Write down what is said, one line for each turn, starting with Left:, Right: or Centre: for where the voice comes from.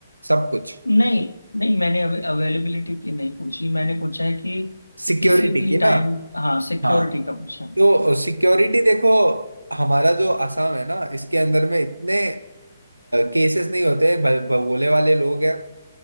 Right: सब कुछ
Left: नहीं नहीं मैंने अवेलेबिलिटी की नहीं पूछी मैंने पूछा है कि
Right: सिक्योरिटी
Left: किसी भी
Right: की ना
Left: टाइम हाँ सिक्योरिटी
Right: हाँ
Left: का पूछा
Right: तो सिक्योरिटी देखो हमारा जो आसाम है ना इसके अंदर में इतने केसेस नहीं होते भ- भगोले वाले लोग हैं